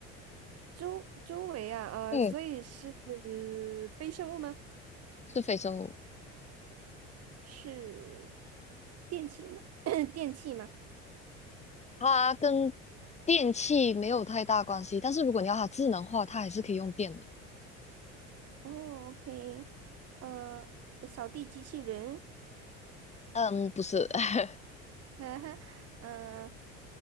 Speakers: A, on the right; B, on the left.
A: 周周围啊，呃，
B: 嗯，
A: 所以是非生物吗？
B: 是非生物，
A: 是电器吗？<coughs> <clears throat> 电器吗？
B: 它跟电器没有太大关系，但是如果你要它智能化，它还是可以用电的。
A: 哦，OK，呃，扫地机器人。
B: 嗯，不是，<laughs>
A: <laughs> 哈哈，呃，